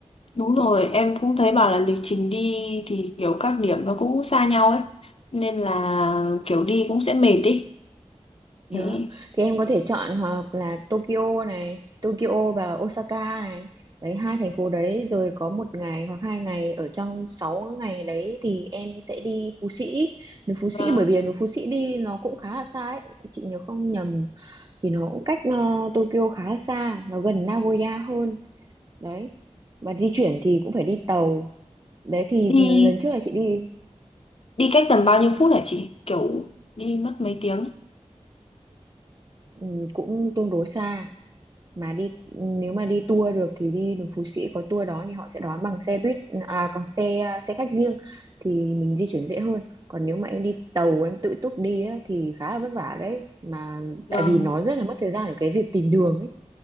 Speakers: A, on the left; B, on the right.
A: Đúng rồi, em cũng thấy bảo là lịch trình đi thì kiểu các điểm nó cũng xa nhau ấy. Nên là kiểu đi cũng sẽ mệt đi.
B: đó
A: Thế
B: thì em có thể chọn hoặc là Tokyo này Tokyo và Osaka này đấy hai thành phố đấy rồi có một ngày hoặc hai ngày ở trong sáu ngày đấy thì em sẽ đi Phú Sĩ núi Phú Sĩ
A: vâng.
B: bởi vì núi Phú Sĩ đi nó cũng khá là xa ấy chị nhớ không nhầm thì nó cũng cách ờ, Tokyo khá là xa nó gần Nagoya hơn đấy và di chuyển thì cũng phải đi tàu đấy thì
A: Đi
B: lần trước là chị đi
A: đi cách tầm bao nhiêu phút hả chị? Kiểu đi mất mấy tiếng.
B: Ừ, cũng tương đối xa mà đi nếu mà đi tour được thì đi núi Phú Sĩ có tour đó thì họ sẽ đón bằng xe buýt à còn xe à, xe khách riêng thì mình di chuyển dễ hơn còn nếu mà em đi tàu em tự túc đi á, thì khá là vất vả đấy mà
A: Vâng,
B: tại vì nó rất là mất thời gian ở cái việc tìm đường ấy